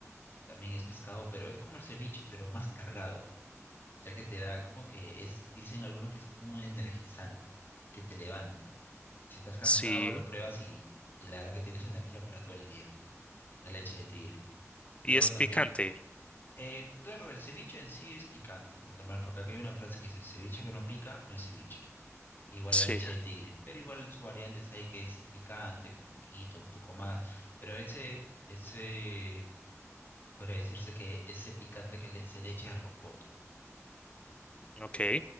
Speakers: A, on the left; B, on the left.
A: que también es pescado, pero es como el ceviche, pero más cargado. ya que te da como que es, dicen algunos que es como un energizante, que te levanta. Si estás cansado,
B: Sí,
A: lo pruebas y, y la verdad que tienes energía para todo el día, la leche de tigre. Luego
B: y es
A: también,
B: picante.
A: eh, claro, el ceviche en sí es picante, lo normal, porque acá hay una frase que dice, ceviche que no pica no es ceviche. Igual
B: Sí,
A: la leche de tigre, pero igual su variante es ahí que es picante, con poquito, un poco más, pero ese, ese, podría decirse que ese picante que le- se le echa es rocoto,
B: ok.